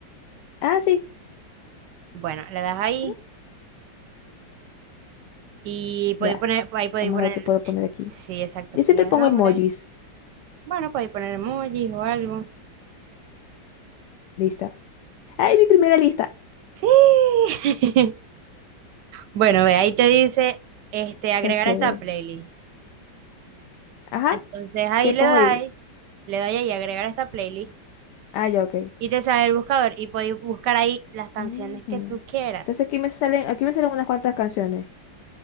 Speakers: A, on the left; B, on the right.
A: Ah, sí,
B: Bueno, le das ahí
A: Uh,
B: y podéis
A: ya,
B: poner, ahí podéis
A: vamos
B: poner,
A: a ver qué puedo
B: eh,
A: poner aquí.
B: sí, exacto,
A: Yo
B: poner
A: siempre pongo
B: el nombre.
A: emojis,
B: Bueno, podéis poner emojis o algo.
A: lista. ¡Ay, mi primera lista!
B: Sí. <laughs> Bueno, ve, ahí te dice, este, agregar
A: Está chévere.
B: a esta playlist.
A: Ajá,
B: Entonces ahí
A: ¿qué
B: le
A: pongo
B: dais,
A: ahí?
B: le dais ahí agregar a esta playlist.
A: Ah, ya, ok.
B: y te sale el buscador y podéis buscar ahí las canciones
A: Ujú.
B: que tú quieras.
A: Entonces aquí me salen, aquí me salen unas cuantas canciones.